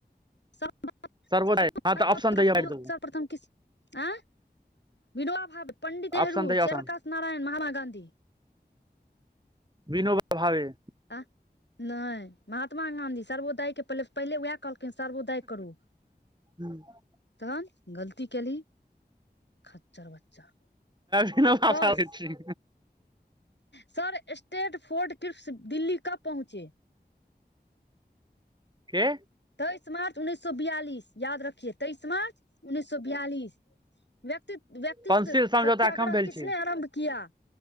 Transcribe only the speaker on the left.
सर्प्रथम
किसने आँ <unintelligible> विनोबा भावे पंडित नेहरू
जयप्रकाश
नारायण महात्मा गांधी
आ नहि महात्मा गाँधी सर्वोदय के पहिले पहिले उएह कहलखिन सर्वोदय करू
तहन गलती केली खच्चर बच्चा
कस
sir Stafford Cripps Delhi कब पहुँचे
तेइस मार्च उन्नैस सए बियालिस याद रखिए तेइस उन्नैस सए बियालिस व्यक्त व्यक्तित
सत्याग्रह
किसने
आरम्भ किया